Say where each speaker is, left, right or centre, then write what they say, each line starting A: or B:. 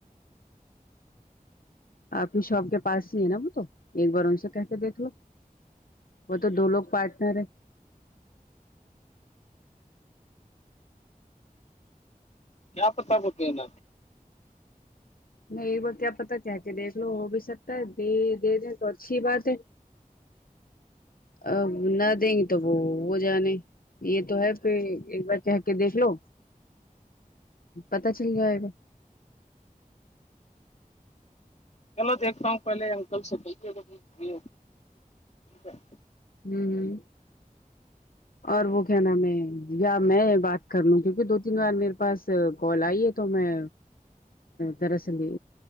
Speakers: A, on the left; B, on the left.
A: آپنی شاپ کے پاس ہی ہے نا وہ تو ایک بار ان سے کہ کے دیکھ لو وہ تو دو لوگ پارٹنر ہے
B: کیا پتا بتے ن
A: نہیں ایک بار کیا پتا کہ کے دیکھ لو ہو بھی سکتا ہے دے دے دیں تو اچھی بات ہے ا نہ دیں گی تو وہ وہ جانے یہ تو ہے پ ایک بار کہ کے دیکھ لو پتا چل جائے گا
B: چلو دیکھتا ہوں پہلے انکل سے کہے ہے
A: ہوں ہ اور وہ کیا نام میں یا میں بات کر لوں کیونکہ دو تین بار میرے بس کال آئی ہے تو میں دراصل یہ